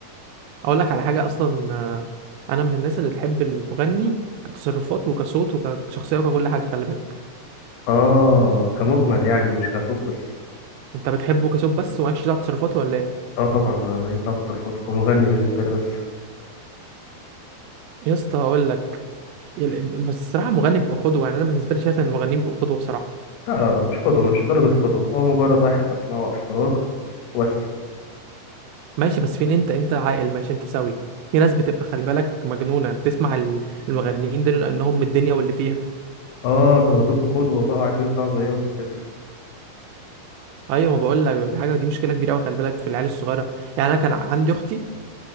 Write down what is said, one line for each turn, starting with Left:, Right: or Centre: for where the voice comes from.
Right: اقول لك على حاجه اصلا آه، انا من الناس اللي تحب المغني كتصرفاته وكصوت وكشخصيه وككل حاجه خلي بالك
Left: اه كمجمل يعني مش كصوت بس
Right: انت بتحبه كصوت بس ومالكش دعوه بتصرفاته ولا ايه
Left: اه طبعا أنا يطلع بصرفته هو مغني بالنسبة لي بس
Right: يا اسطى اقول لك يل- بس الصراحه المغني بيبقى قدوه يعني انا بالنسبه لي شايف ان المغنيين بيبقوا قدوه بصراحه
Left: لا لا لا مش قدوة مش درجة قدوة هو مجرد واحد بسمعه وقت الفراغ وبس
Right: ماشي بس فين انت انت عاقل ماشي انت سوي في ناس بتبقى خلي بالك مجنونه بتسمع ال- المغنيين دول لانهم من الدنيا واللي فيها
Left: اه بيقعدوا لهم قدوة بقى وعايزين يطلعوا زيهم وكده
Right: ايوه ما بقول لك بيبقى في حاجه دي مشكله كبيره قوي خلي بالك في العيال الصغيره يعني انا كان عندي اختي